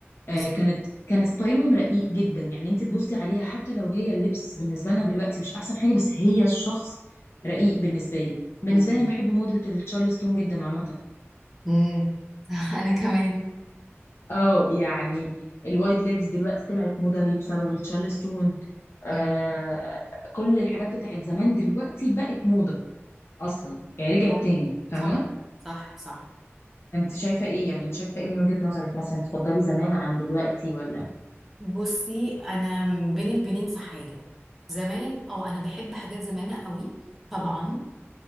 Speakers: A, in the centre; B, on the left.
A: بالظبط
B: آه كانت كان ستايلهم رقيق جدا يعني أنت تبصي عليها حتى لو هي اللبس بالنسبة لنا دلوقتي مش أحسن حاجة بس هي الشخص رقيق بالنسبة لي بالنسبة
A: مم.
B: لي أنا بحب موضة التشارلستون جدا عامة
A: امم <laughs> انا كمان
B: اه يعني الوايد ليجز دلوقتي طلعت موضة ليه بسبب التشارلستون آه
A: مم.
B: كل الحاجات بتاعت زمان دلوقتي بقت موضة اصلا يعني رجعت
A: عارف.
B: تاني فاهمة
A: صح صح صح
B: انت شايفة ايه يعني انت شايفة ايه من وجهة نظرك مثلا تفضلي زمان عن دلوقتي ولا
A: بصي انا بين البنين في حاجة زمان اه انا بحب حاجات زمان قوي طبعا